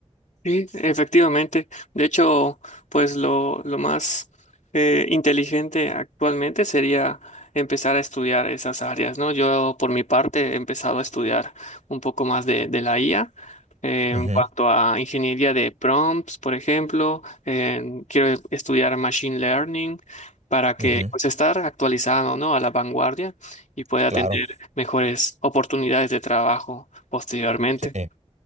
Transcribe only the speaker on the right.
Ujú,
ujú,
claro,
sí.